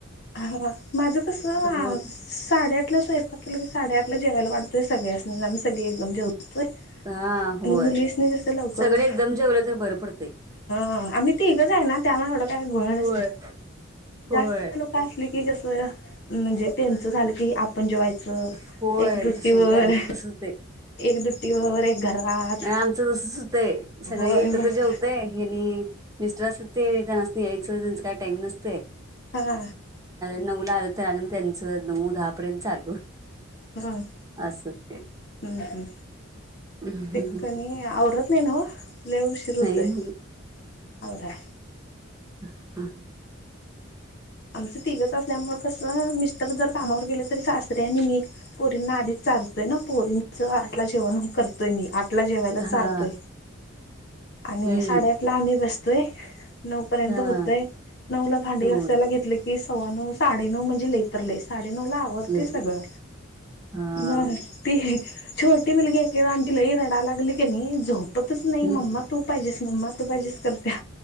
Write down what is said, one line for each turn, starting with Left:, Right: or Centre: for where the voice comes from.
Left: हा माझ कस
Right: घोळ
Left: साडेआठल्या शलं साडेआ जेवायला वातय सगळ स एकदम जवतोय
Right: हा होय
Left: आणि मुलीस नाही जस लवकर
Right: सगळे एकदम जेवलं तर बरं पडतंय
Left: हा आम्ही ते एकगच आहे ना त्यामुळे एवढं काय गोळ न
Right: होय
Left: असते
Right: होय
Left: जास्त लोक अस कस म्हणजे त्यांच झालं की आपण जेवायचं
Right: होय
Left: एक दुट्टीवर
Right: तस होते आमच तसत
Left: एक दुट्टीवर एक घरात
Right: आमचं तसचतंय सगळे
Left: होय
Right: एकत्र
Left: मग
Right: जेवतय आणि मिस्टर असत ते त्यांनास यायचं त्यांच काय टाईम नसते
Left: हा
Right: नऊ ला आलं तर आणि मग त्यांचं नऊ दहापर्यंत चालू
Left: ह हम्
Right: असं ते
Left: हम
Right: नाही
Left: म इ कनी आरात नेन ललेव शिर होच
Right: नाही
Left: आहे हो
Right: हा ह
Left: आमच तिघच असल्यामुळे कस मिस्टर जर कामावर गेले तरी सासरे आणि मी पोरींना आधीच चारतोय ना पोरींच आटला जेवण करतोय मी आ ला जेवायला चारतोय
Right: हा
Left: आणि
Right: हम्म
Left: साडेआठ ला आम्ही बसतोय नऊ पर्यंत
Right: हा
Left: होतंय नऊ ला भांडी
Right: दोन
Left: अससायला घेत सव्वा नऊ साडे नऊ म्हणजे लतरलंय सा ला आवडते
Right: लई
Left: सगळ
Right: हा
Left: मग ते छोटी मुलगी एके आमची लई रडाय लागली की नाही झोपतच नाही
Right: हो
Left: मम्मा तू पायजेस म्मा तू पायजेस करत्या